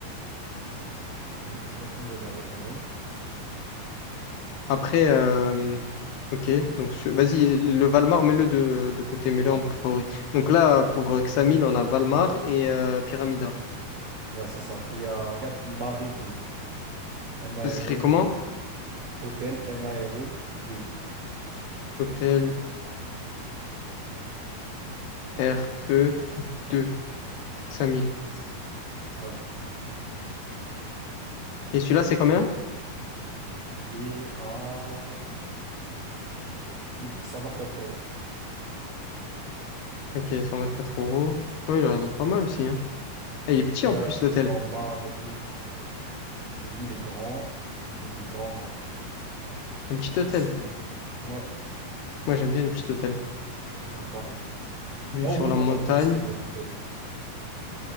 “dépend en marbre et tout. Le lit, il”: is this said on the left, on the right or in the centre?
Right